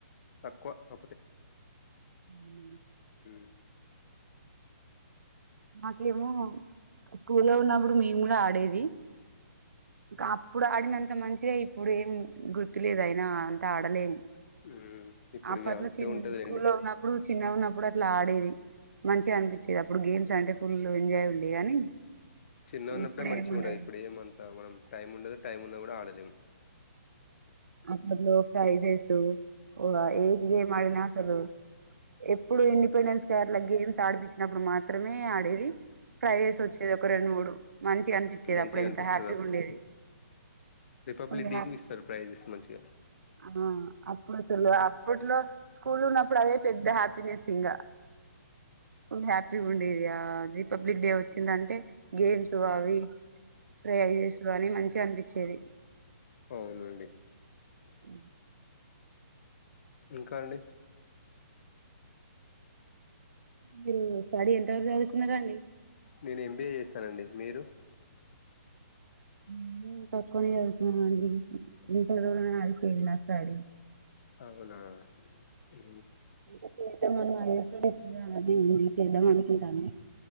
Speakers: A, on the left; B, on the right.
A: తక్కువ ఆపతే
B: అ
A: ఉ
B: మాకేమో స్కూల్లో ఉన్నప్పుడు మేము గూడా ఆడేది ఇంకా అప్పుడు ఆడినంత మంచిగా ఇప్పుడు ఏం గుర్తులేదు. అయినా అంత ఆడలేము.
A: ఉమ్ ఇప్పుడు
B: అప్పట్లో
A: ఇక అంతే
B: చిన్న
A: ఉంటదిలేండి
B: స్కూల్ లో ఉన్నప్పుడు చిన్నగా ఉన్నప్పుడు అప్పుడు అట్లా ఆడేది మంచిగా అనిపించేది. అప్పుడు గేమ్స్ అంటే ఫుల్ ఎంజాయ్ ఉండే గాని
A: చిన్నగా ఉన్నప్పుడే
B: ఇప్పుడేముండదు
A: మంచి ఉండేది. ఇప్పుడు ఏమంతా మనం టైం ఉండదు, టైం ఉన్న కూడా ఆడలేం.
B: అప్పట్లో ఫ్రై రైసు ఓగ ఏజ్ గేమ్ ఆడిన అసలు ఎప్పుడు ఇండిపెండెన్స్ కేరల గేమ్స్ ఆడిపించినప్పుడు మాత్రమే ఆడేది. ట్రై చేసి వచ్చేది ఒక రెండు మూడు మంచిగా అనిపించేది
A: మంచిగా
B: అప్పుడు ఇంత
A: అనిపిస్తది
B: హ్యాపీగా
A: అప్పుడు
B: ఉండేది.
A: రిపబ్లిక్
B: ఫుల్
A: డేకి
B: హ్యాపీ.
A: మీకు సర్ప్రైజ్స్ మంచిగా
B: ఆ అప్పుడుసలు అప్పట్లో స్కూల్ ఉన్నప్పుడు అదే పెద్ద హ్యా పినేస్ ఇంగ ఫుల్ హ్యాపీగా ఉండేదిగాది రిపబ్లిక్ డే వచ్చిందంటే గేమ్స్ అవి ట్రై అవి చేస్తు అని మంచిగా అనిపించేది.
A: అవునండి
B: అ
A: ఇంకా అండి
B: మీరు స్టడీ ఎంత వరకు చదువుకున్నారండి?
A: నేను ఎంబిఏ చేసానండి మీరు?
B: నేను తక్కువనే చదుగుతున్నాను అండి ఇంటర్ లోనా ఆగిపోయింది ఒకసారి
A: అవునా డి
B: అ చేద్దమను అనుకుంటే ఇగ అది చేద్దమని అనుకుంటాము.